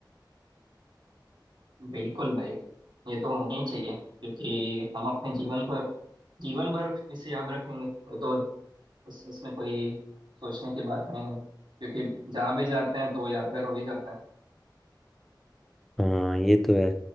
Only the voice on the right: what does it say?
बिल्कुल भाई ये तो होना ही चाहिए क्योंकि हम अपने जीवन पर जीवन भर इसे याद रखेंगे वो तो इस, इसमें कोई सोचने की बात है नहीं क्योंकि जहाँ भी जाते हैं तो यादगार हो ही जाता है